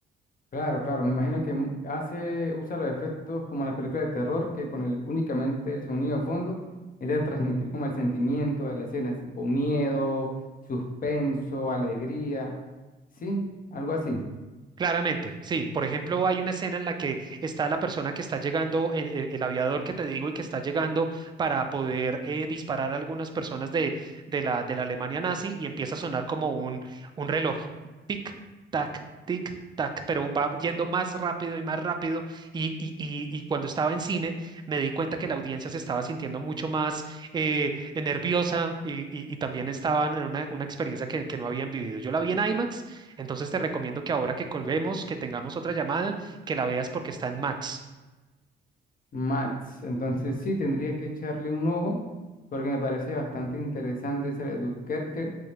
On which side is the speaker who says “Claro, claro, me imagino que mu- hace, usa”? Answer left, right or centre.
Left